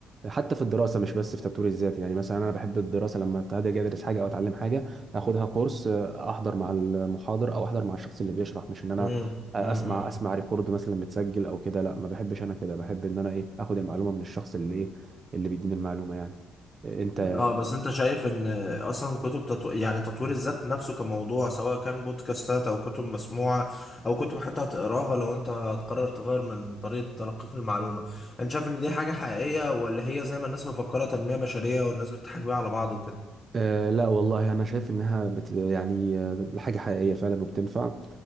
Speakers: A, on the right; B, on the left.
A: حتى في الدراسه مش بس في تطوير الذات يعني مثلا انا بحب الدراسه لما هاجي ادرس حاجه او اتعلم حاجه اخدها كورس آه، احضر مع المحاضر او احضر مع الشخص اللي بيشرح مش ان انا
B: امم
A: اسمع
B: امم
A: اسمع ريكورد مثلا متسجل او كده لا ما بحبش انا كده بحب ان انا ايه اخد المعلومه من الشخص اللي ايه اللي بيديني المعلومه يعني إيه، انت
B: اه بس انت شايف ان اصلا كتب تطو... يعني تطوير الذات نفسه كموضوع سواء كان بودكاستات او كتب مسموعه او كتب حتى هتقراها لو انت هتقرر تغير من طريقه تلقيك للمعلومه انت شايف ان دي حاجه حقيقيه ولا هي زي ما الناس مفكره تنميه بشريه والناس بتضحك بيها على بعض وكده
A: آه لا والله انا شايف انها بت يعني آه، حاجه حقيقيه فعلا وبتنفع